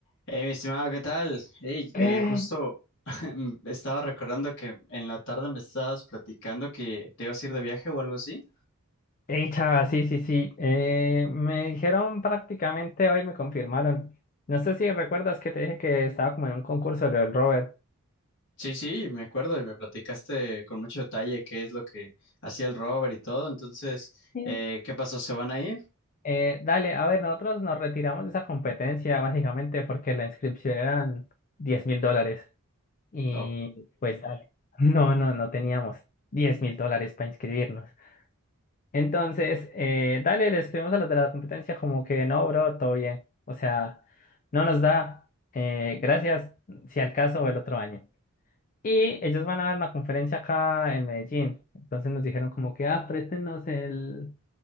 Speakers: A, on the left; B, on the left.
A: Hey, mi estimado, ¿qué tal? Hey,
B: Eh,
A: eh, justo <laughs> m- estaba recordando que en la tarde me estabas platicando que te ibas a ir de viaje o algo así.
B: eh, chava, sí, sí, sí. Eh, me dijeron prácticamente hoy, me confirmaron. No sé si recuerdas que te dije que estaba como en un concurso lo del Robert.
A: Sí, sí, me acuerdo y me platicaste con mucho detalle qué es lo que hacía el Robert y todo. Entonces,
B: Sí.
A: eh, ¿qué pasó? ¿Se van a ir?
B: Eh, dale, a ver, nosotros nos retiramos de esa competencia básicamente porque la inscripción eran diez mil dólares. Y
A: Ok,
B: pues dale. <laughs> No, no, no teníamos diez mil dólares para inscribirnos. Entonces, eh, dale, le escribimos a los de la competencia como que no, bro, todo bien. O sea, no nos da. eh, gracias, si al caso, el otro año. Y ellos van a dar una conferencia acá en Medellín. Entonces nos dijeron como que, ah, préstenos el,